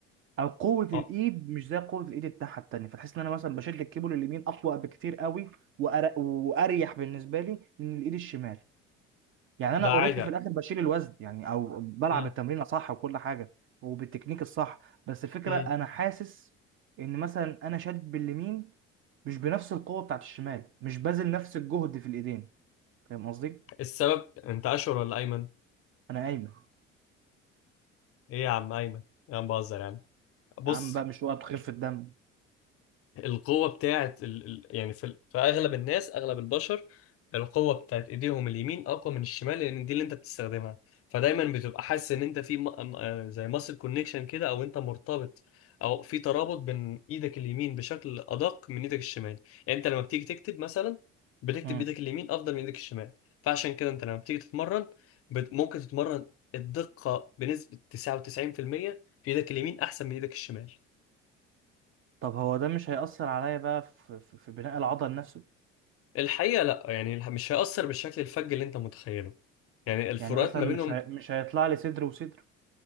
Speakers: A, on the right (about 35°); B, on the left (about 40°).
A: او قوه الايد
B: اه
A: مش زي قوه الايد التحت التانيه فتحس ان انا مثلا بشد الكيبل اليمين اقوى بكتير قوي وأر- واريح بالنسبه لي من الايد الشمال يعني
B: ده
A: انا
B: عادي
A: اوريدي في الاخر بشيل الوزن يعني او بلعب
B: مم.
A: التمرين صح وكل حاجه وبالتكنيك الصح بس الفكره
B: مم.
A: انا حاسس ان مثلا انا شاد باليمين مش بنفس القوه بتاعت الشمال مش باذل نفس الجهد في الايدين فاهم قصدي
B: السبب انت اشهر ولا ايمن
A: انا قايمه
B: ايه يا عم ايمن يا عم بهزر يا عم بص
A: يا عم بقى مش وقت خفه الدم
B: القوة بتاعت ال... ال- يعني في, ال... في أغلب الناس أغلب البشر القوة بتاعت إيديهم اليمين أقوى من الشمال لأن دي اللي أنت بتستخدمها فدايما بتبقى حاسس إن أنت في م... م- آه زي ماسل كونكشن كده أو أنت مرتبط أو في ترابط بين إيدك اليمين بشكل أدق من إيدك الشمال يعني أنت لما بتيجي تكتب مثلا بتكتب
A: مم.
B: بإيدك اليمين أفضل من إيدك الشمال فعشان كده أنت لما بتيجي تتمرن بت... ممكن تتمرن الدقة بنسبة 99% في المية في إيدك اليمين أحسن من إيدك الشمال
A: طب هو ده مش هيأثر عليا بقى في, في في بناء العضل نفسه
B: الحقيقة لا يعني الح- مش هيأثر بالشكل الفج اللي انت متخيله يعني الفروقات
A: يعني مثلا
B: ما
A: مش
B: بينهم
A: هي... مش هيطلع لي صدر وصدر